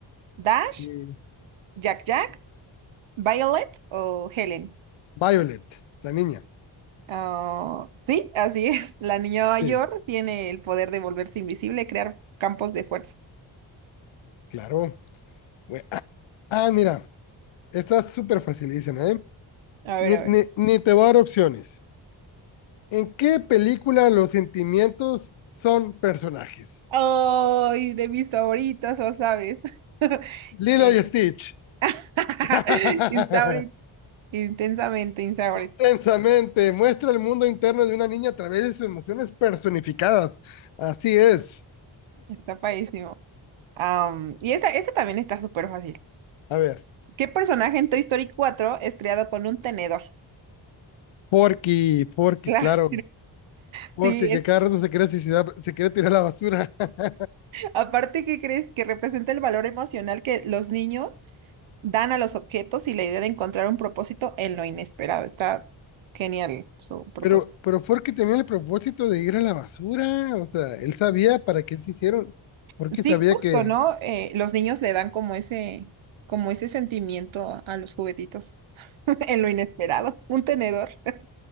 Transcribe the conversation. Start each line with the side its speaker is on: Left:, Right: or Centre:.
Right: ¿Dash?
Left: Y
Right: ¿Jack Jack? Violet o Helen.
Left: Violet, la niña.
Right: Ah, sí, así <laughs> es. La niña mayor
Left: Sí,
Right: tiene el poder de volverse invisible y crear campos de fuerza.
Left: claro. Güey, Ah, ah, mira, esta es súper facilísima, ¿eh?
Right: A
Left: Ni,
Right: ver, a
Left: ni,
Right: ver.
Left: ni te voy a dar opciones. ¿En qué película los sentimientos son personajes?
Right: Ay, de mis favoritas, lo sabes. <laughs>
Left: Lilo
Right: Eh,
Left: y Stitch.
Right: <laughs>
Left: <laughs>
Right: Insaurid, intensamente Insaurid.
Left: Tensamente muestra el mundo interno de una niña a través de sus emociones personificadas. Así es.
Right: Está padrísimo. Am, y esta, esta también está súper fácil.
Left: A ver,
Right: ¿Qué personaje en Toy Story cuatro es creado con un tenedor? <laughs>
Left: Porky, Porky,
Right: Claro,
Left: claro.
Right: sí,
Left: Porky, que
Right: es.
Left: cada rato se quiere suicidar, se quiere tirar a la basura. <laughs>
Right: Aparte, ¿qué crees? Que representa el valor emocional que los niños dan a los objetos y la idea de encontrar un propósito en lo inesperado. Está genial su propósito.
Left: Pero, pero Porky tenía el propósito de ir a la basura. O sea, él sabía para qué se hicieron. Porky
Right: Sí,
Left: sabía
Right: justo,
Left: que...
Right: ¿no? Eh, los niños le dan como ese, como ese sentimiento a, a los juguetitos <laughs> en lo inesperado. Un tenedor. <laughs>